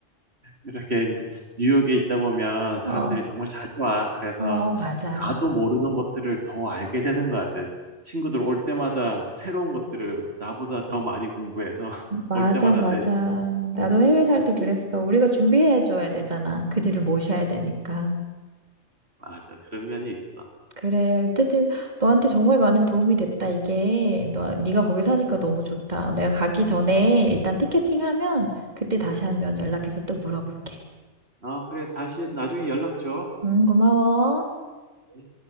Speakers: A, on the right; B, on the right.
A: 이렇게 뉴욕에 있다 보면 사람들이
B: 어,
A: 정말 자주 와. 그래서
B: 어, 맞아.
A: 나도 모르는 것들을 더 알게 되는 것 같아. 친구들 올 때마다 새로운 것들을 나보다 더 많이 공부해서 <laughs>
B: 맞아,
A: 올 때마다
B: 맞아.
A: 내 시
B: 나도 해외
A: 기 조금
B: 살 때 그랬어. 우리가 준비해 줘야 되잖아. 그들을 모셔야 되니까.
A: 맞아. 그런 면이 있어.
B: 그래. 어쨌든 너한테 정말 많은 도움이 됐다. 이게 너 네가 거기 사니까 너무 좋다. 내가 가기 전에 일단 티켓팅하면 그때 다시 한번 연락해서 또 물어볼게.
A: 어 그래. 다시 나중에 연락 줘.
B: 음, 고마워.
A: 음.